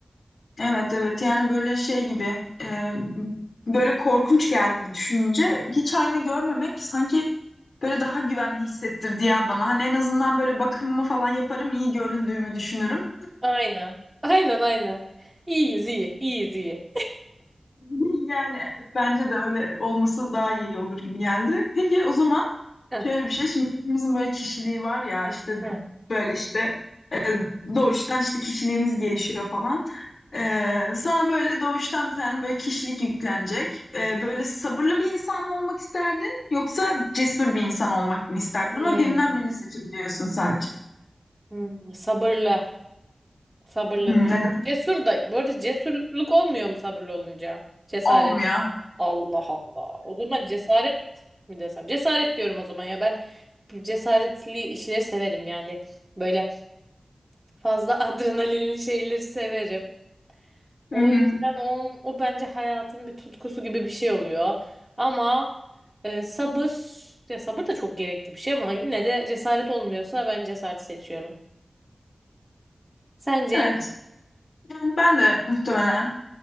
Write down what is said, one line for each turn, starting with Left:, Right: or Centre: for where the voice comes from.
Left: Evet evet yani böyle şey gibi e, böyle korkunç geldi düşününce hiç ayna görmemek sanki böyle daha güvenli hissettirdi ya bana. Hani en azından böyle bakımımı falan yaparım iyi göründüğümü düşünürüm.
Right: Aynen. Aynen aynen. İyiyiz iyi. iyiyiz iyi.
Left: <laughs> Yani evet bence de öyle olması daha iyi olur gibi geldi. Peki o zaman
Right: Heh.
Left: şöyle bir şey şimdi hepimizin böyle kişiliği var ya işte
Right: Hı.
Left: böyle işte E, doğuştan işte kişiliğimiz gelişiyor falan. E, sana böyle doğuştan bir tane böyle kişilik yüklenecek. E, böyle sabırlı bir insan mı olmak isterdin yoksa cesur bir insan olmak mı isterdin?
Right: Hmm.
Left: Ama birinden birini seçebiliyorsun sadece.
Right: Hmm, Sabırlı. Sabırlı
Left: Hmm,
Right: değil.
Left: neden?
Right: Cesur da. Bu arada cesurluk olmuyor mu sabırlı olunca? Cesaret.
Left: Olmuyor.
Right: Allah Allah. O zaman cesaret mi desem? Cesaret diyorum o zaman ya. Ben cesaretli işleri severim yani. Böyle Fazla <laughs> adrenalinli şeyleri severim. O
Left: Hı hı.
Right: yüzden o, o bence hayatın bir tutkusu gibi bir şey oluyor. Ama e, sabır, ya sabır da çok gerekli bir şey ama yine de cesaret olmuyorsa ben cesaret seçiyorum. Sence?
Left: Evet. Yani ben de muhtemelen